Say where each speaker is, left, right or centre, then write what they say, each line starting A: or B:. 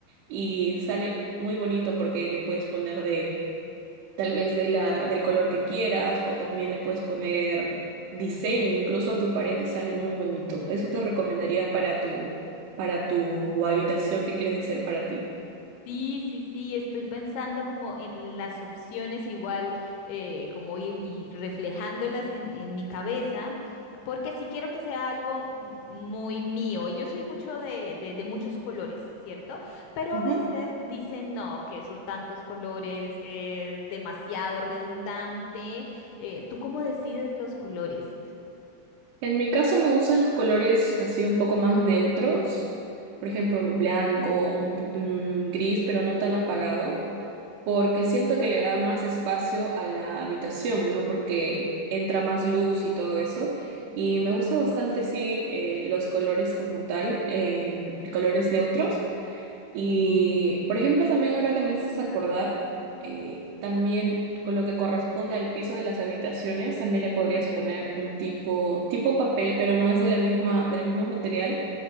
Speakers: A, on the right; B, on the left.
A: y sale muy bonito porque le puedes poner tal vez de la, del color que quieras, o también le puedes poner diseño incluso a tu pared y sale muy bonito. Eso te recomendaría para tu, para tu habitación que quieres hacer para ti.
B: Sí, sí, sí, estoy pensando como en las opciones igual, eh, como ir y reflejándolas en, en mi cabeza, porque sí quiero que sea algo m- muy mío. Y yo soy mucho de, de, de muchos colores, ¿cierto? Pero
A: Ujú.
B: a veces dicen, no, que eso tantos colores es demasiado redundante. Eh, ¿tú cómo decides los colores?
A: En mi caso me gustan los colores así un poco más neutros, por ejemplo, blanco, un, pl- un gris, pero no tan apagado. porque siento que le da más espacio a la habitación, ¿no? Porque entra más luz y todo eso.
B: Ujú,
A: Y me gusta bastante, sí, eh, los colores como tal, en colores neutros. Y, por ejemplo, también ahora que me haces acordar, eh, también con lo que corresponde al piso de las habitaciones, también
B: Ujú,
A: le podrías poner un tipo, tipo papel, pero no es de la misma, del mismo material,